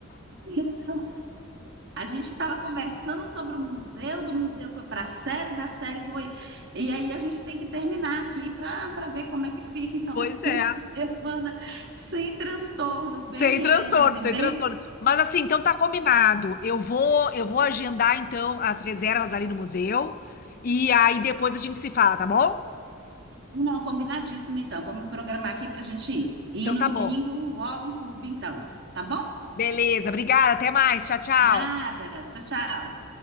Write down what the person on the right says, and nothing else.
<laughs> A gente estava conversando sobre o museu, do museu foi para a série, da série foi. E aí a gente tem que terminar aqui para para ver como é que fica. Então,
<laughs> um
fim de semana sem transtorno, bem
leve,
bem.
Não, combinadíssimo, então. Vamos programar aqui para a gente ir. E
no
domingo
rola um clube, então. Tá bom?
Nada. Tchau, tchau.